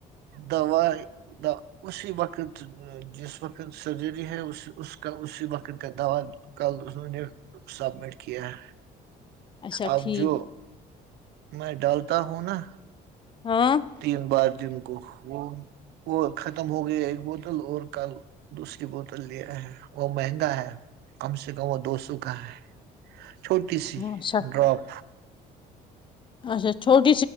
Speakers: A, on the right; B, on the left.
A: دوا اسی وقت جس وقت سرجری ہے اس کا اسی وقت کا دوا کل انہوں نے سبمٹ کیا ہے
B: اچھا
A: اب
B: ٹھیک
A: جو میں ڈالتا تا ہ نا
B: ہاں
A: تین بار دن کو وہ وہ ختم ہو گیا ایک بوتل اور کل دوسری بوتل لیا ہے وہ مہنگا ہے کم سے کم وہ دو سو کا ہے چھوٹی سی
B: اچھا
A: ڈراپ
B: اچھا چھوٹا